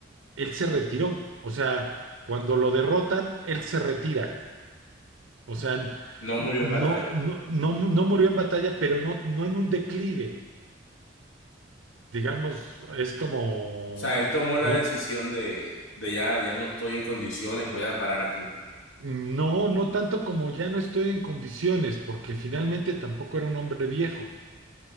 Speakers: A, on the right (about 75°); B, on the left (about 80°).
A: él se retiró. O sea, cuando lo derrotan, él se retira. O sea,
B: No murió
A: no,
B: en batalla.
A: no,
B: O
A: no, no murió en batalla, pero no, no en un declive. Digamos, es como,
B: sea, él tomó la
A: no,
B: decisión de, de ya, ya no estoy en condiciones, voy a parar aquí.
A: no, no tanto como ya no estoy en condiciones, porque finalmente tampoco era un hombre viejo,